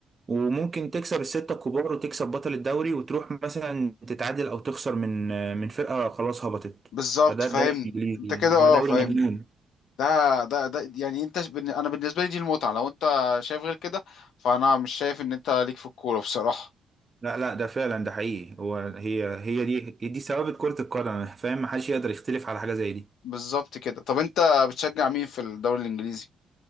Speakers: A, on the right; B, on the left.
A: وممكن تكسب الستة الكبار وتكسب بطل الدوري وتروح مثلا تتعادل أو تخسر من من فرقة خلاص هبطت
B: بالظبط
A: فده
B: فاهمني
A: الدوري الإنجليزي
B: انت
A: يعني.
B: كده اه
A: هو دوري
B: فاهمني
A: مجنون
B: ده ده ده يعني انت بن... انا بالنسبه لي دي المتعه لو انت شايف غير كده فانا مش شايف ان انت ليك في الكوره بصراحه
A: لا لا ده فعلا ده حقيقي هو هي هي دي هي دي ثوابت كرة القدم فاهم محدش يقدر يختلف على حاجة زي دي
B: بالظبط كده طب انت بتشجع مين في الدوري الانجليزي